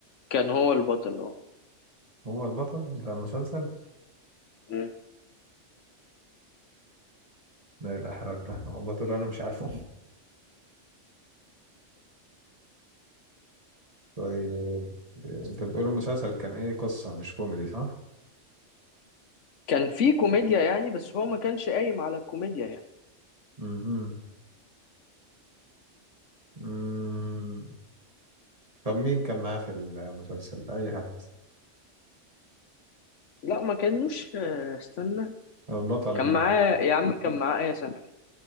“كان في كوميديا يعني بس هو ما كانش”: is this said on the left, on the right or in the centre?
Left